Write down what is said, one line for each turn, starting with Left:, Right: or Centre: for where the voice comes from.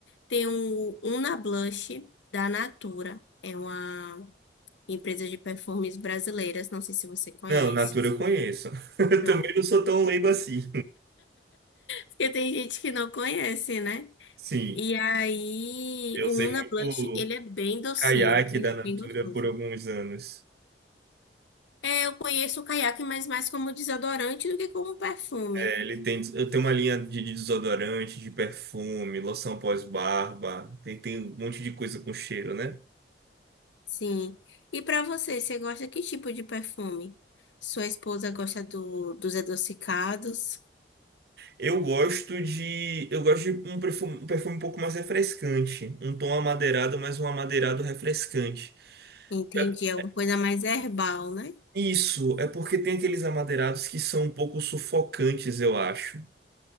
Left: tem um Una Blush da Natura. É uma empresas de perfumes brasileiras, não sei se você conhece.
Right: Não, Natura eu conheço. <laughs> Eu
Left: Pronto.
Right: também não sou tão leigo assim.
Left: Porque tem gente que não conhece, né?
Right: Sim,
Left: E aí,
Right: eu
Left: o
Right: usei
Left: Una Blush,
Right: muito
Left: ele é bem docinho,
Right: caiaque
Left: ele
Right: da
Left: é
Right: Natura
Left: bem gostoso.
Right: por alguns anos.
Left: É, eu conheço o caiaque, mas mais como desodorante do que como perfume.
Right: É, ele tem, eu tenho uma linha de de desodorante, de perfume, loção pós-barba. Tem, tem um monte de coisa com cheiro, né?
Left: Sim. E pra você, você gosta que tipo de perfume? Sua esposa gosta do, dos adocicados?
Right: Eu gosto de. Eu gosto de um perfume, um perfume um pouco mais refrescante. Um tom amadeirado, mas um amadeirado refrescante.
Left: Entendi,
Right: É-
Left: é uma coisa mais herbal, né?
Right: Isso, é porque tem aqueles amadeirados que são um pouco sufocantes, eu acho.